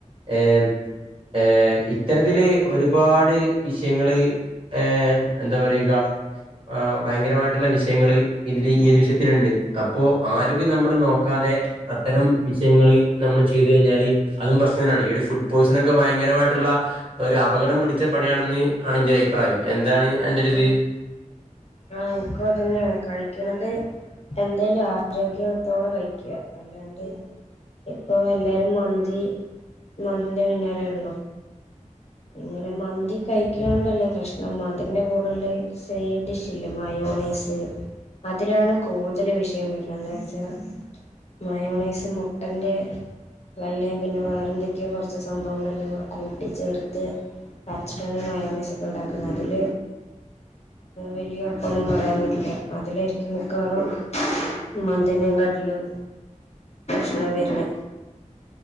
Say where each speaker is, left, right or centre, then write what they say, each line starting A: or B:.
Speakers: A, on the right; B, on the left.
A: ഏഹ് ഏഹ് ഇത്തരത്തില്
B: ഉം
A: ഒരു ഒരുപാട് വിഷയങ്ങള് ഏഹ് എന്താ പറയുക ആഹ് ഭയങ്കരമായിട്ടുള്ള വിഷയങ്ങള് ഇതില് ഈ ഒരു വിഷയത്തിലുണ്ട് അപ്പോ ആരോഗ്യം നമ്മൾ നോക്കാതെ അത്തരം വിഷയങ്ങൾ നമ്മൾ ചെയ് കഴിഞ്ഞാല് അതും പ്രശ്നം തന്നെയാണ് ഈ ഫുഡ് പോയിസൺ ഒക്കെ ഭയങ്കരമായിട്ടുള്ള ഒരു അപകടം പിടിച്ച പണിയാണെന്ന് ആണ് എന്റെ ഒരു അഭിപ്രായം എന്താണ് അന്റൊരിത്
B: ഉം ആഹ് എനിക്കു അതന്നെയാണ് കഴിക്കണത് എന്തായാലും ആരോഗ്യത്തോടെ കഴിക്കുക അല്ലാണ്ട് ഇപ്പോ എല്ലാരും മന്തി മന്തിന്റെ പിന്നാലെയാണല്ലോ ഇങ്ങനെ മന്തി കഴിക്കണോണ്ടല്ല പ്രശ്നം മ അതിൻ്റെ കൂടയുള്ള സൈഡ് ഡിഷില്ലേ മയോണൈസ് അതിലാണ് കൂടുതൽ വിഷയം വരുന്നത് എന്താച്ചാ മയോണീസ് മുട്ടന്റെ വെള്ളയും പിന്നെ വേറെന്തൊക്കെയോ കുറച്ച് സംഭവങ്ങളെല്ലാം കൂടെ കൂട്ടിച്ചേർത്ത് വരച്ചിട്ടാണ് ഈ മയോണൈസൊക്കെ ഉണ്ടാക്കണത് അതിൽ വലിയ ഉറപ്പൊന്നും പറയാൻ പറ്റില്ല അതിലായിരിക്കും മിക്കവാറും മന്തിനേകാട്ടിലും പ്രശ്നം വരണ്